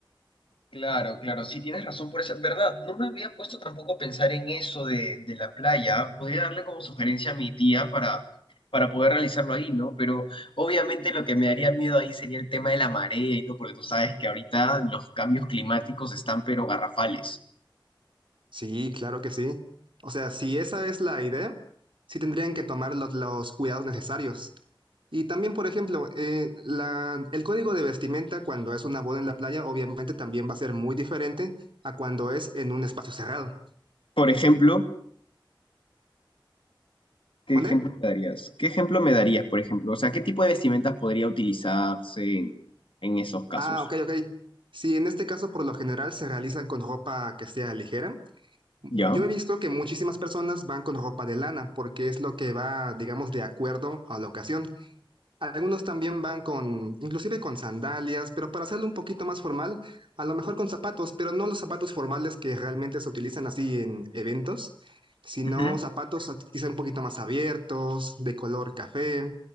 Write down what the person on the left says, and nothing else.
Claro, claro, sí tienes razón por eso, verdad, no me había puesto tampoco a pensar en eso de, de la playa, podría darle como sugerencia a mi tía para, para poder realizarlo ahí, ¿no? Pero obviamente lo que me daría miedo ahí sería el tema de la marea y todo, porque tú sabes que ahorita los cambios climáticos están pero garrafales.
Por ejemplo, ¿qué
ejemplo me darías? ¿Qué ejemplo me darías, por ejemplo? O sea, ¿qué tipo de vestimentas podría utilizarse en, en esos casos?
¿Ya?
Ujú.